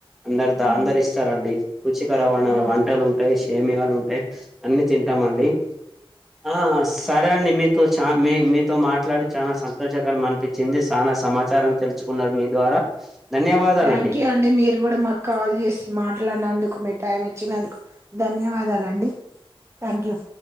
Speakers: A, in the centre; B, on the right.
A: అందరు ద
B: అవును
A: అందరు ఇస్తారండి రుచికరవాణ
B: ఉమ్,
A: వంట ట ఉంటాయి షేమియాలు ఉంటాయి అన్ని తింటామ అండి ఆ సరే అండి మీ మీతో చా మీ మీతో మాట్లాడి చాలా సంతోషకర అనిపించింది సానా సమాచారం తెలుచుకున్నారు మీ ద్వారా ధన్యవాదాలండి
B: థ్యాంక్ యూ అండి మీరు కూడా మా కాల్ చేసి మాట్లాడినందుకు మి టైం ఇచ్చినందుకు ధన్యవాదాలండి థ్యాంక్ యూ